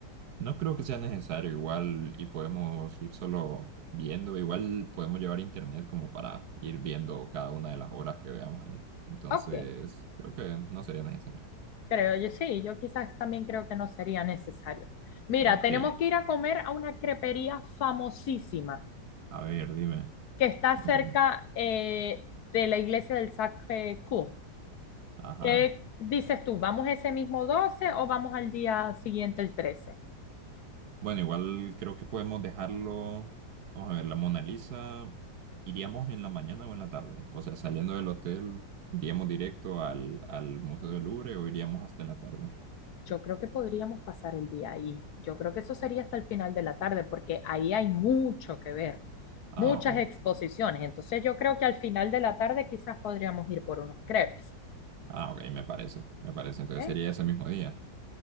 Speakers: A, on the right (about 65°); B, on the left (about 65°).
A: No creo que sea necesario igual y podemos ir solo viendo, igual podemos llevar internet como para ir viendo cada una de las obras que veamos ahí. Entonces,
B: Ok,
A: creo que no sería necesario.
B: creo yo sí, yo quizás también creo que no sería necesario. Mira,
A: Ok,
B: tenemos que ir a comer a una crepería famosísima
A: a ver, dime.
B: que está
A: ¿Cómo
B: cerca
A: se llama?
B: eh, de la iglesia del Sacré-Cœur.
A: Ajá.
B: ¿Qué dices tú? ¿Vamos ese mismo 12 o vamos al día siguiente el 13?
A: Bueno, igual creo que podemos dejarlo. Vamos a ver, la Mona Lisa. ¿Iríamos en la mañana o en la tarde? O sea, saliendo del hotel, ¿iríamos directo al, al Museo del Louvre o iríamos hasta la tarde?
B: Yo creo que podríamos pasar el día ahí. Yo creo que eso sería hasta el final de la tarde, porque ahí hay mucho que ver,
A: Ah,
B: muchas
A: ok.
B: exposiciones. Entonces yo creo que al final de la tarde quizás podríamos ir por unos crepes,
A: Ah, ok, me parece. Me parece. Entonces
B: ¿eh?
A: sería ese mismo día.